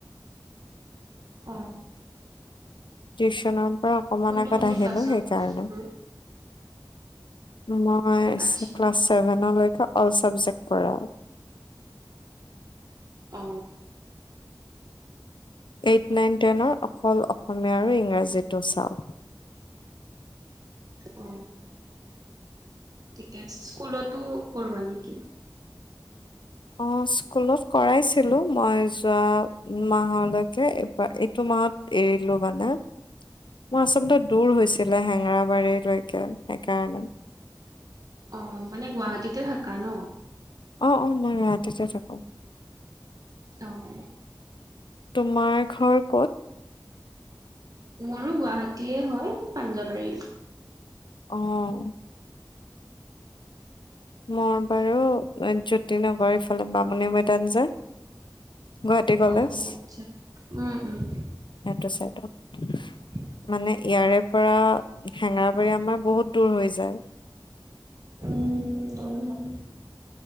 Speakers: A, on the right (about 45°); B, on the left (about 75°).
A: অ
B: টিউশচনৰ পৰা অকমান
A: কোনটো
B: আগত
A: কোনটো
B: আহিলো
A: ক্লাছত?
B: সেইকাৰণে
A: কৰোঁ?
B: মই
A: আচ্ছা
B: ক্লাছ চছেভেনলৈকে অল চাবজেক্ট কৰা
A: অ
B: এইট নাইন টেনৰ অকল অসমীয়া আৰু ইংৰাজীটো চাওক
A: অ ঠিকে স্কুলতো কৰঢোৱাা নেকি <unintelligible>
B: অ স্কুলত কৰাইছিলো মই যোৱা মাহলৈকে এইবাৰ এইটো মাহত এৰিলো মানে মোৰ আচলতে দূৰ হৈছিলে হেংৰাবাৰী লৈকে সেইকাৰণে
A: অহ মানে গুৱাহাটীতে থাকা ন
B: অ অ মই গুৱাহাটীতে থাকো
A: অহ
B: তোমাৰ ঘৰ ক'ত
A: মোৰো গুৱাহাটীয়ে হয় পাঞ্জাবাৰী
B: অহ মোৰ বাৰু জ্যোতিনগৰ এইফালে বামুণী মৈদাম যে গুৱাহাটী কলেজ,
A: অ', আচ্ছা। উম, উম,
B: এইটো চাইডত
A: <inaudible>
B: মানে ইয়াৰে পৰা হেঙৰাবাৰী আমাৰ বহুত দূৰ হৈ যায়
A: উম জানো জানো